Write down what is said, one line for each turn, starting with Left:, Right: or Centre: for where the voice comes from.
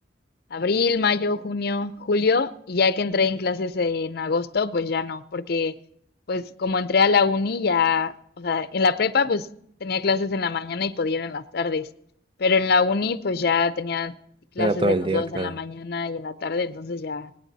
Left: abril, mayo, junio, julio, y ya que entré en clases en agosto, pues ya no, porque pues como entré a la uni ya, o sea, en la prepa pues tenía clases en la mañana y podía ir en las tardes, pero en la uni pues ya tenía clases
Right: Era todo
Left: en
Right: el
Left: los
Right: día,
Left: dos,
Right: claro.
Left: en la mañana y en la tarde, entonces ya,